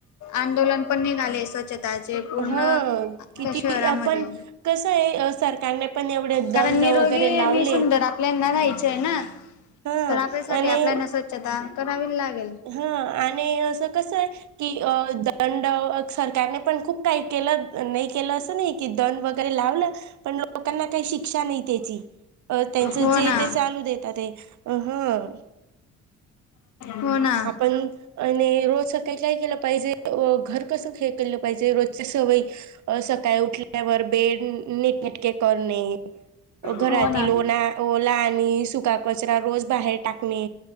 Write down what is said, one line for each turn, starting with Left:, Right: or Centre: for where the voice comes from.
Left: आंदोलन पण निघाले स्वच्छता ते पूर्ण,
Right: हा किती
Left: त्या शहरामध्ये
Right: आपण कसं आहे सरकारने पण एवढे
Left: कारण
Right: दंड
Left: निरोगी
Right: वगैरे लावले
Left: आणि सुंदर आपल्याना राहायचं ना,
Right: हा
Left: तर आपल्यासाठी
Right: आणि
Left: आपल्याला स्व छत्ता करावी लागेल.
Right: हा आणि असं कसं? की अ दंड सरकारने पण खूप काही केलं. नाही केलं असं नाही की, दंड वगैरे लावलं पण लोकांना काही शिक्षा नाही त्याची. अं, त्यांचं
Left: हो
Right: जे
Left: ना
Right: ये ते चालू देतातंय. अ हं
Left: हो ना.
Right: <unintelligible> आणि रोज सकाळी काय केलं पाहिजे, अं घर कसं हे केलं पाहिजे, रोजची सवय अ सकाळी उठल्यावर बेड निटनेटके करणे, घरातील
Left: हो ना
Right: ओना ओला आणि सुका कचरा रोज बाहेर टाकणे.